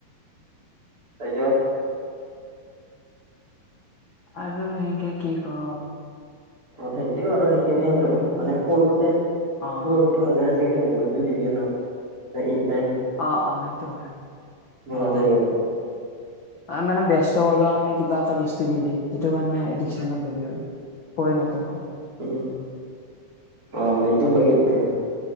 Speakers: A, on the right (about 20°); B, on the left (about 60°).
A: তাপিছত
B: আৰু সেকে কি ক
A: অ সেইটোয়ে বাৰু সেইখিনিয়ে
B: উম
A: বাৰু মানে সৰুতে
B: অ
A: সৰুতে মানুহে আজিকালি মোবাইলতটো দি দিয়ে ন তে
B: অ অ সেইটো হয়
A: সেনেকুৱাতে
B: অ
A: বাৰু
B: মানে ব্যস্ত হ কাৰণে মই কিবা এটা বস্তু দিও দে এইটো কাৰণে আদিকচনত হেৰি পৰিণত হয়
A: উম, অ এইটো হয় কিন্তু